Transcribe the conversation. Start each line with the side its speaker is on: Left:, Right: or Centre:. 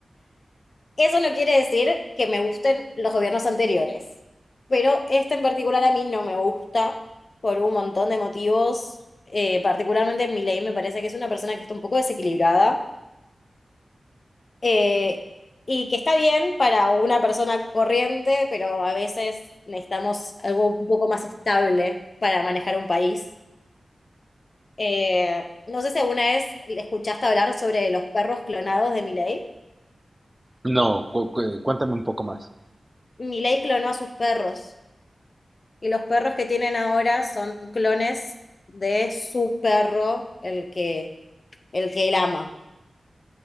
Left: Eso no quiere decir que me gusten los gobiernos anteriores, pero este en particular a mí no me gusta por un montón de motivos. Eh, particularmente Milei me parece que es una persona que está un poco desequilibrada eh, y que está bien para una persona corriente, pero a veces necesitamos algo un poco más estable para manejar un país. Eh, no sé si alguna vez le escuchaste hablar sobre los perros clonados de Milei.
Right: No, cu- cu- cuéntame un poco más.
Left: Milei clonó a sus perros. Y los perros que tienen ahora son clones de su perro, el que, el que él ama. <laughs>